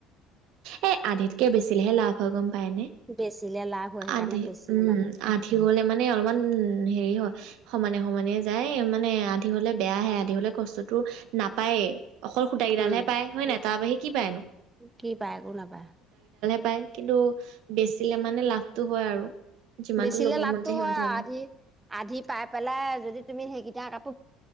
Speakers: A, on the right; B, on the right.
A: অ' এ আধিতকে বেচিলেহে লাভ হয়। পায়নে?
B: বেচিলে লাভ হয় সেইকাৰণে
A: আধি
B: বেছিম
A: উম
B: মানে।
A: আধি হ'লে মানে অলপমান
B: <inaudible>
A: হেৰি হয় সমানে সমানেই যায় মানে আধি হলে বেয়া আহে আধি হলে কষ্টতো নাপায়ে। অকল সুতা গিডালহে
B: উম
A: পায় হয় নাই তাৰ বাহিৰে কি পাইনো।
B: কি পায় একো নাপায়।
A: পায় কিন্তু বেচিলে মানে লাভটো হয় আৰু। যিমানটো
B: বেছিলে
A: ল'ব
B: লাভটো
A: মন যায় সিমানটো
B: হয় আৰু
A: ল'ব।
B: আধি, আধি পাই পেলাই যদি তুমি সেইকেইটা কাপ